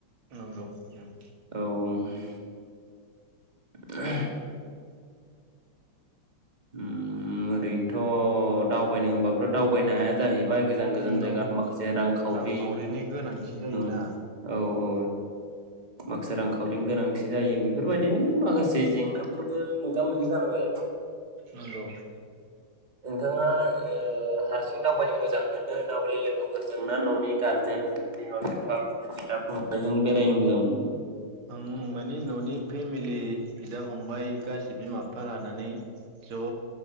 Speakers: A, on the right (about 80°); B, on the right (about 20°).
A: नंगौ उम
B: औ <inaudible> उम ओरैनोथ' दावबायनो होनबाबोथ' दावबायनो हाया जाहै बाय गोजान गोजान
A: नंगौ
B: जायगा माखासे रां खावरि
A: रांखावरिनि गोनांथि जायोना
B: ओं औ औ माखासे रांखावरिनि गोनां थि जायो बेफोरबायदिनो माखासे जेंनाफोरबो मोगा मोगि जानांगौ आरो
A: नंगौ।
B: नोंथाङा ओ हारसिं दावबायनो मोजां मोनो ना बलि लोगोफोरजों ना न'नि गारजेन बिमा बि फा, बिदा, फंबायजों दायनो मोजां मोनो।
A: आं माने न'नि फेमिलि बिदा, फंबाय गासै बिमा-बिफा लानानै ज'